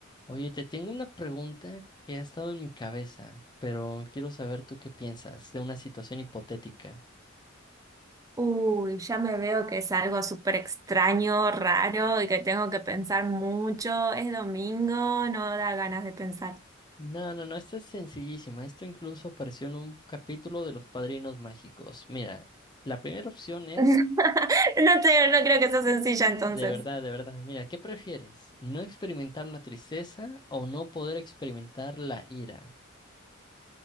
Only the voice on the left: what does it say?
Oye, te tengo una pregunta que ha estado en mi cabeza, pero quiero saber tú qué piensas de una situación hipotética.
No, no, no, esta es sencillísima. Esto incluso apareció en un capítulo de Los Padrinos Mágicos. Mira, la primera opción es,
de verdad, de verdad, mira, ¿qué prefieres? ¿No experimentar la tristeza o no poder experimentar la ira?